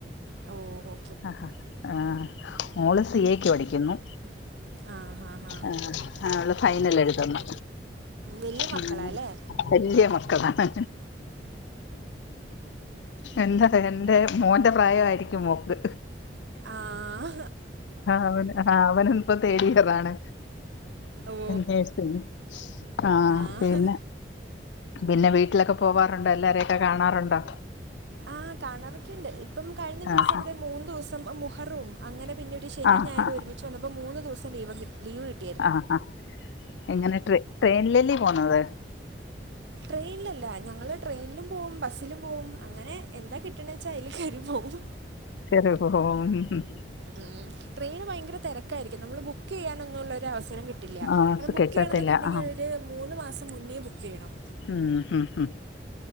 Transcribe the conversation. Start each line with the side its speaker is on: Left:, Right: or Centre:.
Right: ഓഹോ
Left: അഹ് അഹ് ആഹ് മോള് സി എക്ക് പഠിയ്ക്കുന്നു
Right: ആ ഹാ ഹാ
Left: ആഹ് ആഹ് അവള് ഫൈനല് എഴുതുന്നു
Right: വലിയ മക്കളാ
Left: അങ്ങനെ
Right: അല്ലേ
Left: വല്യ മക്കളാണ് എന്തറിയൊ എൻ്റെ മോന്റെ പ്രായായിരിക്കും മോക്ക്
Right: ആഹ്
Left: അവന് ആഹ് അവനും ഇപ്പം തേടിയറാണ്
Right: ഓ
Left: നഴ്‌സിംഗ് ആഹ്
Right: ആ
Left: പിന്നെ പിന്നെ വീട്ടിലൊക്കെ പോവാറുണ്ടോ എല്ലാരെയൊക്കെ കാണാറ്ണ്ടോ
Right: ആഹ് കാണാറൊക്കെയുണ്ട് ഇപ്പം കഴിഞ്ഞ ദിവസംവടെ
Left: ആഹ്
Right: മൂന്ന് ദിവസം മുഹറം ഒന്ന് അങ്ങനെ പിന്നീട് ശനീം
Left: ആഹ്
Right: ഞായറും
Left: ആഹ്
Right: ഒരുമിച്ച് വന്നപ്പം മൂന്ന് ദിവസം ലീവും കിട്ട് ലീവ് കി
Left: അഹ് അഹ് എങ്ങനെ ട്രെ ട്രെയിനിലല്യേ പോന്നത്
Right: ട്രെയിനിലല്ല ഞങ്ങള് ട്രെയിനിലും പോവും ബസ്സിലും പോവും അങ്ങനെ എന്താ കിട്ടണ്ച്ചാ അയ്ല് കേറി പോവും
Left: കേറി പോവും ഹും ഹും
Right: ഉം ട്രെയിന് ഭയങ്കര തെരക്കായിരിക്കും നമ്മള് ബുക്ക് ചെയ്യാനൊന്നുള്ള ഒരു അവസരം കിട്ടില്ല
Left: ആഹ്
Right: കാരണം ബുക്ക്
Left: കെട്ടത്തില്ല
Right: ചെയ്യണം ന്നൊക്കെണ്ടെങ്കില്
Left: ആഹ്
Right: ര് മൂന്ന് മാസം മുന്നേ ബുക്കെയ്യണം
Left: ഉം ഹും ഹും